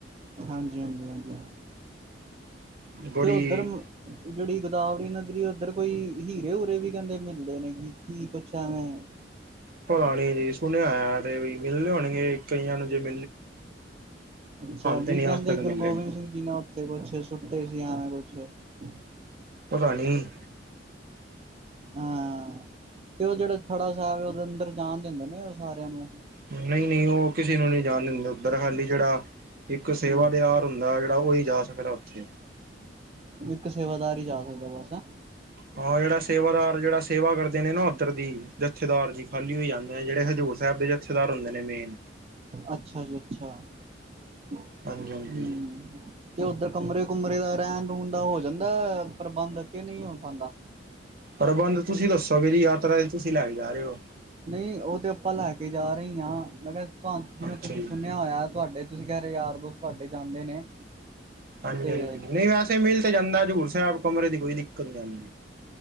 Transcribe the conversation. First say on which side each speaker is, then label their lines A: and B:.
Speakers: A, on the right; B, on the right.
A: ਹਾਂਜੀ -ਹਾਂਜੀ, ਹਾਂਜੀ
B: ਬੜੀ
A: ਤੇ ਉੱਧਰ ਜਿਹੜੀ ਗੋਦਾਵਰੀ ਨਦੀਰੀ ਉੱਧਰ ਕੋਈ ਹੀਰੇ ਹੁਰੇ ਵੀ ਕਹਿੰਦੇ ਮਿਲਦੇ ਨੇ ਕਿ ਕੀ ਪੁੱਛਿਆ ਮੈਂ
B: ਪਤਾ ਨੀ ਜੀ ਸੁਣਿਆ ਹੋਇਆ ਤੇ ਮਿਲਲੇ ਹੋਣਗੇ ਕਈਆਂ ਨੂੰ ਜਿਵੇ
A: ਅੱਛਾ
B: ਤੇ
A: ਵੀ
B: ਨੀ
A: ਕਹਿੰਦੇ
B: ਅੱਜ ਤੱਕ
A: ਗੁਰੂ
B: ਮਿਲੇ
A: ਗੋਬਿੰਦ ਸਿੰਘ ਜੀ ਨੇ ਉੱਥੇ ਕੁਛ ਸੁੱਟੇ ਸੀ ਆਵੇਂ ਕੁਛ। ਹਮ।
B: ਪਤਾ ਨੀ।
A: ਹਾਂ ਤੇ ਉਹ ਜਿਹੜਾ ਥੜਾ ਸਾਹਿਬ ਉਹਦੇ ਅੰਦਰ ਜਾਣ ਦਿੰਦੇ ਨੇ ਉਹ ਸਾਰਿਆਂ ਨੂੰ।
B: ਨਹੀਂ- ਨਹੀਂ ਉਹ ਕਿਸੇ ਨੂੰ ਨਹੀਂ ਜਾਣ ਦਿੰਦੇ। ਉਧਰ ਖਾਲੀ ਜਿਹੜਾ ਇੱਕ ਸੇਵਾ
A: ਹੂੰ
B: ਦੇ ਆਹਾਰ ਹੁੰਦਾ ਜਿਹੜਾ ਉਹੀ ਜਾ ਸਕਦਾ ਉੱਥੇ
A: ਇੱਕ ਸੇਵਾਦਾਰ ਹੀ ਜਾ ਸਕਦਾ ਬਸ।
B: ਹਾਂ ਜਿਹੜਾ ਸੇਵਾਦਾਰ ਜਿਹੜਾ ਸੇਵਾ ਕਰਦੇ ਨੇ ਨਾ ਉੱਧਰ ਦੀ ਜਥੇਦਾਰ ਜ ਖਾਲੀ ਹੋ ਜਾਂਦੇ ਜਿਹੜੇ ਹਜ਼ੂਰ ਸਾਹਿਬ ਦੇ ਜਥੇਦਾਰ ਹੁੰਦੇ ਨੇ ਮੇਨ
A: ਅੱਛਾ ਜੀ ਅੱਛਾ ਹਮ
B: ਹਾਂਜੀ ਹਾਂਜੀ
A: ਤੇ ਉੱਧਰ ਕਮਰੇ ਕਮਰੇ ਦਾ ਰਹਿਣ ਰੂਹਣ ਦਾ ਹੋ ਜਾਂਦਾ ਪ੍ਰਬੰਧ, ਕੇ ਨਹੀਂ ਹੋ ਪਾਂਦਾ?
B: ਪ੍ਰਬੰਧ ਤੁਸੀਂ ਦੱਸੋ, ਵੀਰ ਯਾਰ। ਤੁਸੀਂ ਲੈ ਕੇ ਜਾ ਰੇ ਹੋ
A: ਨਹੀਂ, ਉਹ ਤੇ ਆਪਾਂ ਲੈ ਕੇ ਜਾ ਰਹੀ ਹਾਂ, ਮੈਂ ਕਿਹਾ। ਤੁਹਾਨੂੰ, ਜਿਵੇਂ
B: ਅੱਛਾ
A: ਤੁਸੀਂ
B: ਜੀ
A: ਸੁਣਿਆ ਹੋਇਆ, ਤੁਹਾਡੇ ਤੁਸੀਂ ਕਹਿ ਰਹੇ ਹੋ, ਯਾਰ, ਦੋ ਤੁਹਾਡੇ, ਜਾਂਦੇ ਨੇ।
B: ਹਾਂਜੀ,
A: ਤੇ
B: ਹਾਂਜੀ! ਨਹੀਂ ਵੈਸੇ ਮਿਲ ਤੇ ਜਾਂਦਾ, ਹਜ਼ੂਰ ਸਾਹਿਬ ਕਮਰੇ ਦ ਕੋਈ ਦਿੱਕਤ ਨੀ ਆਨ